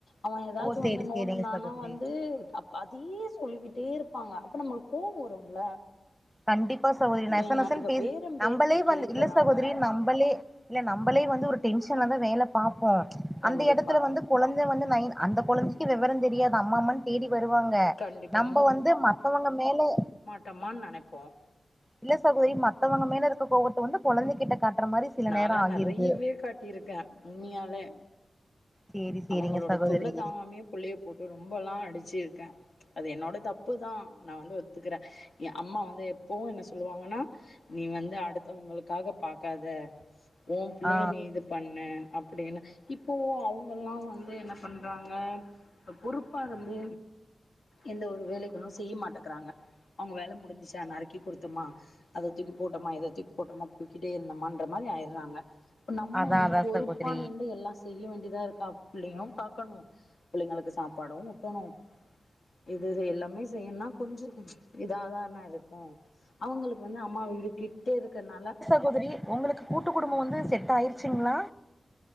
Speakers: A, on the left; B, in the centre.
A: அவ
B: ஓ
A: ட்டு
B: சேரி
A: வந்து நோன்டு
B: சேரிங்க
A: நானா
B: சகோதரி
A: வந்து தப் அதே சொல்லிக்கிட்டே இருப்பாங்க அப்ப நம்பளுக்கு கோவம் வரும்ல
B: கண்டிப்பா சகோதரி நெச
A: என்ன
B: நசன்
A: இப்ப
B: பேச
A: பேரம்
B: நம்பளே
A: பேத்தி
B: வந்து
A: கேக்குறாங்க
B: இல்ல சகோதரி நம்பளே இல்ல நம்பளே வந்து ஒரு டென்ஷன்ல தா வேலை பாப்போம்
A: கண்டிப்பா
B: அந்த எடத்துல வந்து கொழந்தை வந்து நைட் அந்தக் கொழந்தை க்கு வெவரம் தெரியாது அம்மா அம்மானு தேடி வருவாங்க
A: கண்டிப்பா
B: நம்ப வந்து மத்தவங்க மேல
A: டமான் நெனைப்போம்
B: இல்ல சகோதரி மத்தவங்க மேல இருக்க கோவத்தை வந்து குழந்தை கிட்ட காட்ற மாரி சில
A: நாலாம்
B: நேரோ ஆகிருது
A: நெறையவே காட்டியிருக்கேன் உண்மையாலே
B: சேரி சேரிங்க
A: அவங்களோட
B: சகோதரி
A: தொல்ல தாங்காமே புள்ளைய போட்டு ரொம்பலாம் அடிச்சிருக்கே அது என்னோட தப்பு தா நா வந்து ஒத்துக்கறே ஏ அம்மா வந்து எப்பவும் என்ன சொல்லுவாங்கன்னா நீ வந்து அடுத்தவங்களுக்காக பாக்காத ஓ பிள்ளைய
B: ஆ
A: நீ இது பண்ணு அப்டின்னு இப்பவு அவங்கல்லா வந்து என்ன பண்றாங்க பொறுப்பா இருந்து எந்த ஒரு வேலைகளும் செய்ய மாட்டேக்கிறாங்க அவங்க வேல முடிஞ்சிச்சா நறுக்கி குடுத்தம்மா அத தூக்கி போட்டம்மா இத தூக்கி போட்டம்மா போய்கிட்டே இருந்தமன் அந்த மாதிரி ஆயறாங்க நம்ம
B: அதா
A: வந்து
B: அதா
A: பொறுப்பா
B: சகோதரி
A: நின்டு எல்லா செ செய்ய வேண்டியதா இருக்கா பிள்ளையும் பாக்கணும் பிள்ளைங்களுக்கு சாப்பாடும் ஊட்டணும் இது இது எல்லாமே செய்யன்னா கொஞ்சொ இதாதான்ன இருக்கும் அவங்களுக்கு வந்து அம்மா வீடு கிட்டே இருக்கிறனால
B: இப்போதைக்கு உங்களுக்கு கூட்டு குடும்பம் வந்து செட் ஆயிருச்சுங்களா